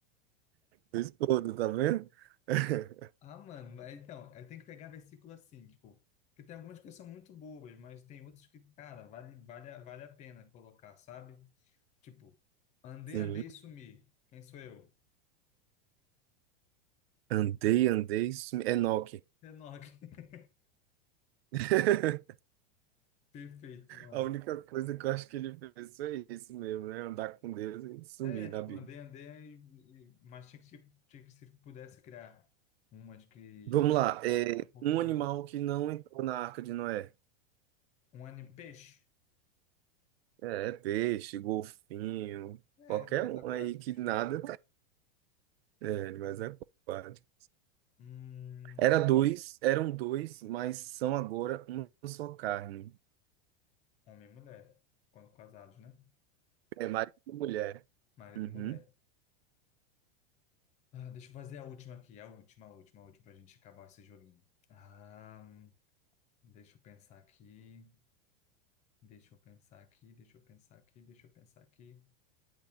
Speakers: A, on the right; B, on the left.
A: do esposo, tá vendo? <laughs>
B: Ah, mano, mas então, eu tenho que pegar versículo assim, tipo, porque tem algumas que são muito bobas, mas tem outras que, cara, vale, vale, a- vale a pena colocar, sabe? Tipo, andei,
A: Sim.
B: andei e sumi, quem sou eu?
A: Andei, andei. sumi- Enoque.
B: Enoch. <laughs>
A: <laughs>
B: Perfeito, mano.
A: A única coisa que eu acho que ele fez foi isso mesmo, né? Andar com Deus e sumir
B: É,
A: na
B: tipo,
A: Bíblia.
B: andei, andei, e- e- mas tinha que, se- tinha que se pudesse criar umas que
A: Vamos lá. É
B: um pouquinho,
A: um animal que não entrou na Arca de Noé.
B: um anime, peixe,
A: É, é peixe, golfinho,
B: é,
A: qualquer
B: mais
A: um
B: aquático.
A: aí que nada tá. É, mas é aquático.
B: Hum,
A: Era dois, eram dois, mas são agora uma só carne.
B: homem e mulher, quando casados, né?
A: É marido e mulher.
B: Marido
A: Uhum.
B: e mulher. Ah, deixa eu fazer a última aqui, a última, a última, a última, pra gente acabar esse joguinho. Ah, hum, deixa eu pensar aqui, deixa eu pensar aqui, deixa eu pensar aqui, deixa eu pensar aqui.